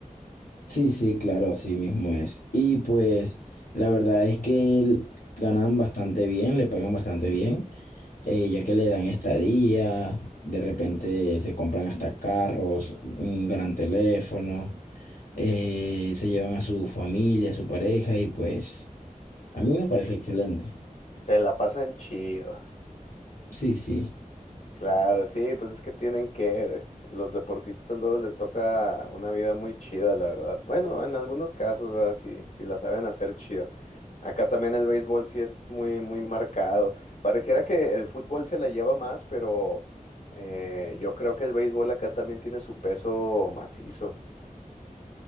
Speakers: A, on the left; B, on the left.
A: Sí, sí, claro, así mismo es. Y pues la verdad es que ganan bastante bien, le pagan bastante bien. eh, ya que le dan estadía, de repente se compran hasta carros, un gran teléfono, eh, se llevan a su familia, a su pareja y pues a mí me parece excelente.
B: se la pasan chido.
A: Sí, sí.
B: Claro, sí, pues es que tienen que, güey. los deportistas luego les toca una vida muy chida, la verdad. Bueno, en algunos casos, ¿verdad? Sí, sí la saben hacer chido. Acá también el béisbol sí es muy, muy marcado. Pareciera que el fútbol se la lleva más, pero eh, yo creo que el béisbol acá también tiene su peso macizo.